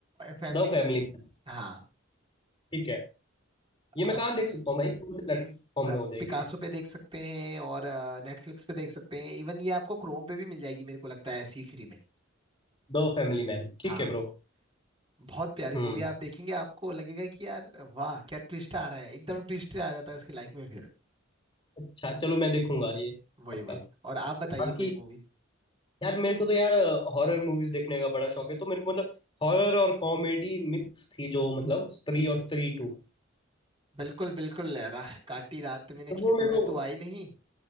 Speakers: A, on the right (about 25°); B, on the left (about 25°).
A: फैमिली
B: The
A: मैन
B: family man
A: हाँ
B: ठीक है ये मैं
A: आप
B: कहाँ देख सकता हूँ भाई कौन से प्लेटफॉर्म
A: एक
B: में हो जाएगी
A: पिकासो
B: ये?
A: पे देख सकते हैं और नेटफ्लिक्स पे देख सकते हैं इवन ये आपको क्रोम पे भी मिल जाएगी मेरे को लगता है ऐसी फ्री में
B: दो फैमिली मैन ठीक
A: हाँ
B: है ब्रो
A: बहुत प्यारी
B: हम्म
A: मूवी आप देखेंगे आपको लगेगा कि यार वाह क्या ट्विस्ट आ रहा है एकदम ट्विस्ट आ जाता है उसकी लाइफ में फिर
B: अच्छा चलो मैं देखूंगा ये
A: वही
B: पक्का
A: वही और आप बताइए
B: बाकी
A: कोई मूवी
B: यार मेरे को तो यार हॉरर मूवीज देखने का बड़ा शौक है तो मेरे को मतलब हॉरर और कॉमेडी मिक्स थी जो मतलब स्त्री और स्त्री टू
A: बिल्कुल बिल्कुल राह काटी रात मैंने
B: तो वो
A: खेतों
B: मेरे
A: में
B: को
A: तो आई नहीं